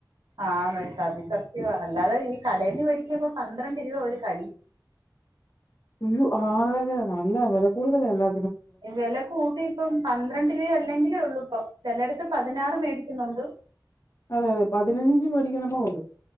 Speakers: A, on the right; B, on the left.
A: ആ സതി സത്യവാ അല്ലാതെ ഈ കടേന്ന് മേടിക്ക്മ്പ പന്ത്ര ഒരു കടി
B: അയ്യോ ആഹ് അതെ അതെ നല്ല വെല കൂടുതല എല്ലാ
A: വെല കൂട്ടി ഇപ്പം പന്ത്രണ്ട് രൂപ അല്ലെങ്കിലേ ഒള്ളൂ ഇപ്പം ചെലട്ത്ത് പതിനാറ് മേടിക്കുന്നൊണ്ട്
B: അതെ അതെ പതിനഞ്ച് മേടിക്കുന്നടം ഉണ്ട്.